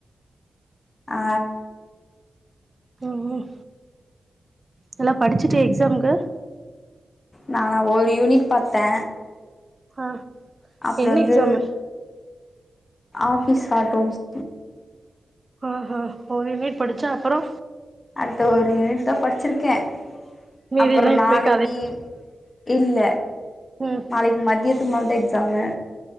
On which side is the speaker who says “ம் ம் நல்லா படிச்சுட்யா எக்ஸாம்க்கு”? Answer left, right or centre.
Right